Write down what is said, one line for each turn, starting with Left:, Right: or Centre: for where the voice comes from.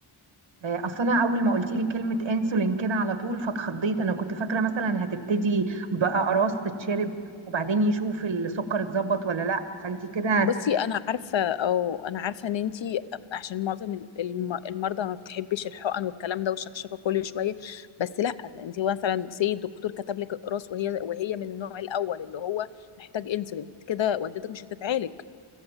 Right: آه، اصل انا اول ما قلت لي كلمه انسولين كده على طول فاتخضيت انا كنت فاكره مثلا هتبتدي باقراص تتشرب وبعدين يشوف السكر اتظبط ولا لا فانت كده
Left: بصي انا عارفه او انا عارفه ان انتي عشان معظم الم- المرضى ما بتحبش الحقن والكلام ده والشكشكه كل شويه بس لا ده انتي مثلا سي الدكتور كتب لك اقراص وهي وهي من النوع الاول اللي هو محتاج انسولين كده والدتك مش هتتعالج